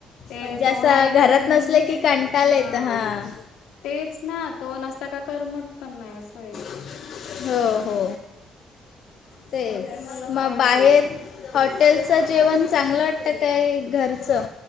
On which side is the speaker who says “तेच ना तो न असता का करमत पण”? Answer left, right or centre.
Left